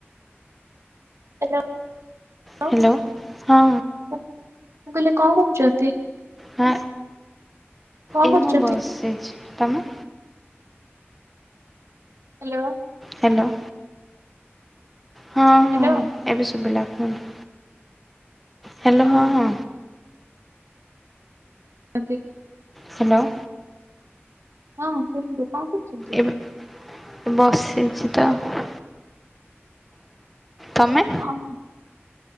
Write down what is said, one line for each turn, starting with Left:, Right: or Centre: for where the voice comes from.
Right: Hello
Centre: hello ହଁ
Right: ମୁଁ କହିଲି କଣ କରୁଛନ୍ତି?
Centre: ହଁ
Right: କଣ
Centre: ଏଇ
Right: କରୁଛନ୍ତି
Centre: ମୁଁ ବସିଛି ତମେ?
Right: ହ୍ୟାଲୋ।
Centre: ହ୍ୟାଲୋ। ହଁ।
Right: ହ୍ୟାଲୋ।
Centre: ହଁ ଏବେ ଶୁଭିଲା କୁହନ୍ତୁ? ହ୍ୟାଲୋ ହଁ ହଁ।
Right: <unintelligible>
Centre: ହ୍ୟାଲୋ।
Right: ହଁ କୁହନ୍ତୁ କଣ? କରୁଛନ୍ତି?
Centre: ଏବେ ବସିଛି ତ ଆଉ। ତମେ?
Right: ଓ ହ।